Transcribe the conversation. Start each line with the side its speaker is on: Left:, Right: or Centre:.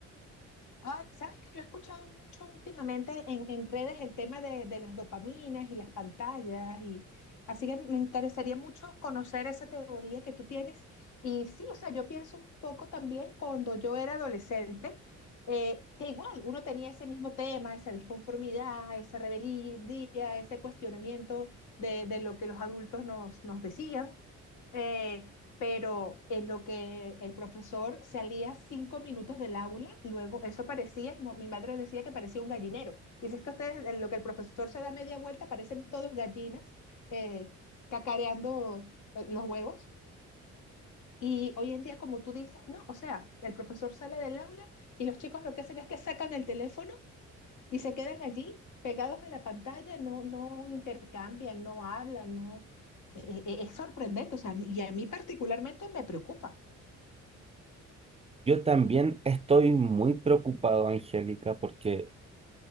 Left: Ay, sabes que yo he escuchado mucho últimamente en, en redes el tema de, de las dopaminas y las pantallas y así que me interesaría mucho conocer esa teoría que tú tienes. Y sí, o sea, yo pienso un poco también cuando yo era adolescente, eh, que igual uno tenía ese mismo tema, esa disconformidad, esa rebeldía, ese cuestionamiento de, de lo que los adultos nos, nos decían. Eh, pero en lo que el profesor salía cinco minutos del aula, luego eso parecía, como mi madre decía, que parecía un gallinero. Dice es que ustedes, en lo que el profesor se da media vuelta, parecen todos gallinas eh, cacareando eh, los huevos. Y hoy en día, como tú dices, no, o sea, el profesor sale del aula y los chicos lo que hacen es que sacan el teléfono y se quedan allí pegados de la pantalla, no, no intercambian, no hablan, no... e- e- Es sorprendente, o sea, y a mí particularmente me preocupa.
Right: Yo también estoy muy preocupado, Angélica, porque